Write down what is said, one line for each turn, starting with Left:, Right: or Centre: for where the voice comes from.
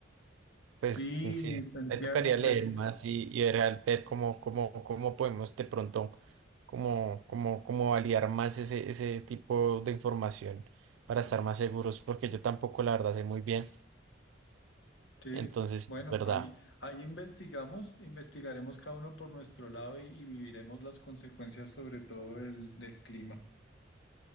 Left: Sí,
Right: Pues sí,
Left: Santiago,
Right: me tocaría
Left: pues
Right: leer más y, y ver, al- ver cómo, cómo, cómo podemos de pronto, cómo, cómo, cómo validar más ese, ese tipo de información para estar más seguros, porque yo tampoco la verdad sé muy bien.
Left: sí.
Right: Entonces,
Left: Bueno,
Right: sí, es verdad.
Left: ahí, ahí investigamos, investigaremos cada uno por nuestro lado y, y viviremos las consecuencias sobre todo del, del clima.